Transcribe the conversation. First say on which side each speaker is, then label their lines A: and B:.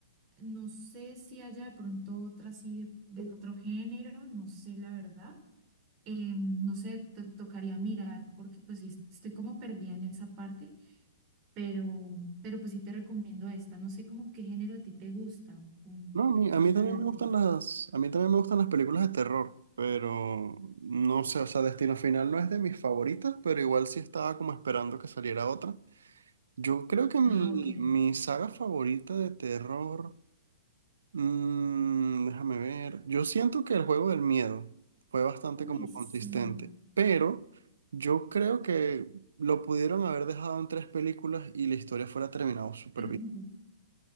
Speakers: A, on the right (about 30°); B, on the right (about 60°).
A: no sé si haya de pronto otra así de, de otro género, no sé la verdad. Eh, no sé, to- tocaría mirar porque pues sí, estoy como perdida en esa parte, pero, pero pues sí te recomiendo esta. No sé como qué género a ti te gusta, como
B: No,
A: qué
B: a mí,
A: te
B: a
A: gusta
B: mí también
A: ver a
B: me
A: ti.
B: gustan las, a mí también me gustan las películas de terror, pero no sé, o sea, Destino Final no es de mis favoritas, pero igual sí estaba como esperando que saliera otra. Yo creo que mi,
A: Ah, ok.
B: mi saga favorita de terror, mm, déjame ver, yo siento que el juego del miedo fue bastante
A: Uy,
B: como
A: sí.
B: consistente, pero yo creo que lo pudieron haber dejado en tres películas y la historia fuera terminado súper
A: <laughs>
B: bien.